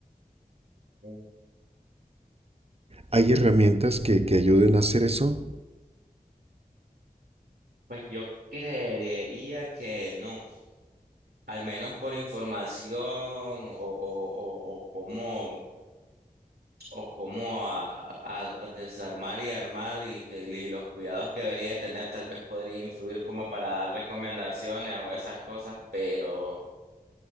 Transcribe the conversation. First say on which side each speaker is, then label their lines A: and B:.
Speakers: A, on the right; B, on the right.
A: Mm.
B: ¿Hay herramientas que, que ayuden a hacer eso?
A: Pues yo creería que no. al menos por información o, o, o, o cómo, o cómo a, a- a desarmar y armar y, que- y los cuidados que debería de tener, tal vez podría influir como para dar recomendaciones o esas cosas, pero